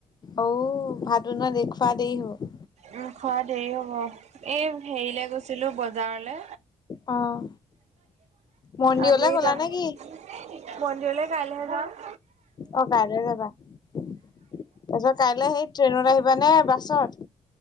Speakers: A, on the left; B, on the right.
A: অঔ ভাত বনোৱা খোৱা দেৰি হ'ব।
B: উম খোৱা দেৰি হ'ব, এই হেৰিলে গৈছিলো বজাৰলে
A: অ' মন্দিৰলৈ
B: আমি
A: গ'লা
B: ত
A: নে কি?
B: <unintelligible> মন্দিৰলৈ কাইলৈহে যাম।
A: অ' কাইলে যাবা, তাৰপিছত কাইলে সেই ট্ৰেইনত আহিবা নে বাছত?